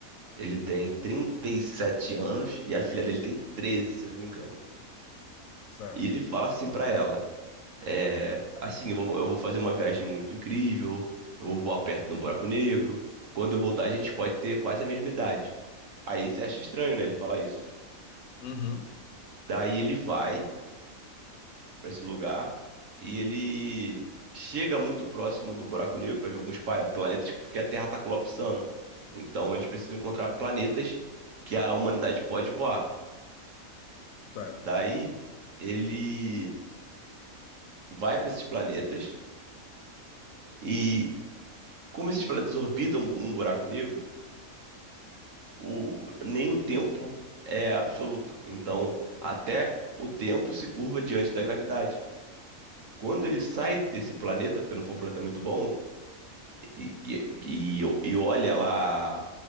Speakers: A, on the right (about 65°); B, on the left (about 75°).
A: ele tem 37 anos e a filha dele tem 13, se eu não me engano.
B: certo.
A: E ele fala assim pra ela: É, assim, eu vou, eu vou fazer uma viagem muito incrível, eu vou voar perto do buraco negro. Quando eu voltar, a gente pode ter quase a mesma idade. Aí você acha estranho, né, ele falar isso.
B: Uhum,
A: Daí ele vai pra esse lugar e ele chega muito próximo do buraco negro pra ver alguns pa- planetas, porque a Terra tá colapsando. Então eles precisam encontrar planetas que a humanidade pode voar.
B: certo.
A: Daí ele vai pra esses planetas e como esses planetas orbitam um buraco negro, o, nem o tempo é absoluto. Então, até o tempo se curva diante da gravidade. Quando ele sai desse planeta, porque não foi um planeta muito bom, e, e, e e olha lá